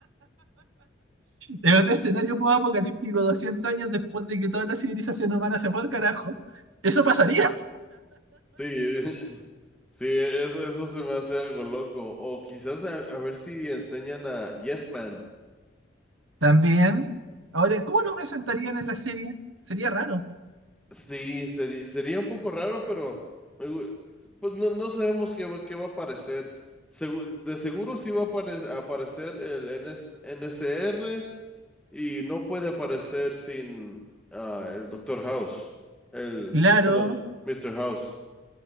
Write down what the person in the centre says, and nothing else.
Sí. <laughs> Sí, e-, eso, eso se me hace algo loco. O quizás a, a ver si enseñan a Yes Man.
Sí, seri- sería un poco raro, pero me gu- pues no, no sabemos qué, va- qué va a aparecer. Segu- de seguro sí va a apare- a aparecer el N S N S R y no puede aparecer sin ah, el Doctor House. El,
se- perdón, Mister House.